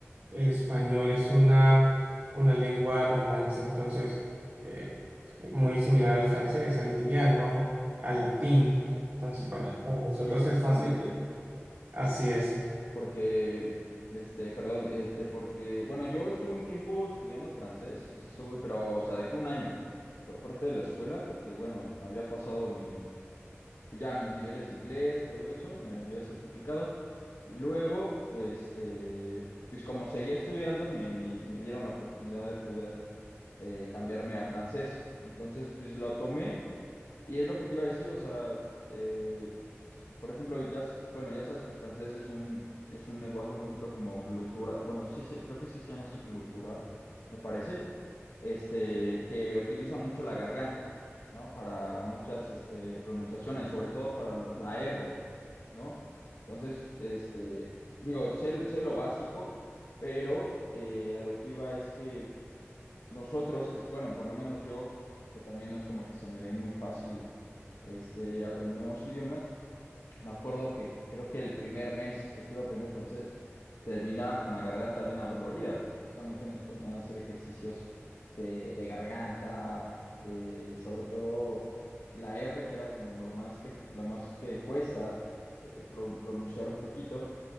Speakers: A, on the right; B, on the left.
A: el español es una, una lengua romance, entonces, eh, muy similar al francés, al italiano, al latín. Entonces,
B: ajá.
A: bueno, para nosotros
B: Sí, justamente.
A: es fácil, así es.
B: Porque, este, perdón, este, porque, bueno, yo estuve un tiempo estudiando francés, estuve, pero, o sea, de que un año por parte de la escuela, porque, bueno, había pasado mi, pues ya mis niveles de inglés, todo eso, me había certificado. Y luego, este, pues como seguía estudiando, me, me, me dieron la oportunidad de poder eh, cambiarme a francés. Entonces, pues lo tomé y es lo que te iba a decir, o sea, eh, por ejemplo, ya, s- bueno, ya sabes que el francés es un, es un lenguaje un poquito como glutural, bueno, sí, sí, creo que sí se llama así, glutural, me parece, este, que utiliza mucho la garganta, ¿no? Para muchas, este, pronunciaciones, sobre todo para la, la R, ¿no? Entonces, este, digo, sé, sé lo básico, pero eh, a lo que iba es que nosotros, que, es- bueno, por lo menos yo, que también no es como que se me dé muy fácil, este, aprender nuevos idiomas, me acuerdo que creo que el primer mes que estuve aprendiendo francés terminaba con la garganta bien adolorida, porque justamente nos ponían a hacer ejercicios de, de garganta eh, y sobre todo la R, que era como lo más que, lo más que cuesta eh, pro- pronunciar un poquito,